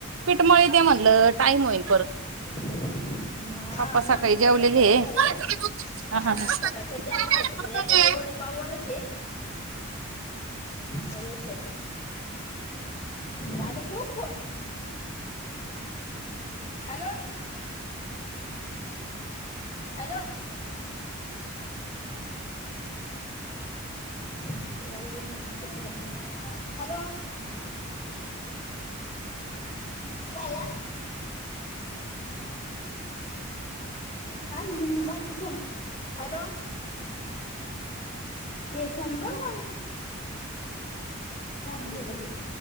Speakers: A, on the right (about 70°); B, on the left (about 30°).
A: पिठ मळीते म्हनलं टाईम होईन.
B: मं हा
A: पप्पा सकाळी
B: माला
A: जेवलेले
B: सयपाक करायचां
A: हा,
B: हे
A: हा,
B: हाना
A: हा.
B: आज सकाळच्या जेवणावर हे याच्यावर वडे पाववर सगळे, सगळे झाले ठयुका फोन हालो! हॅलो! हॅलो काय मग बाकीच आहे हॅलो हे फोन करू काऊ मी फुकट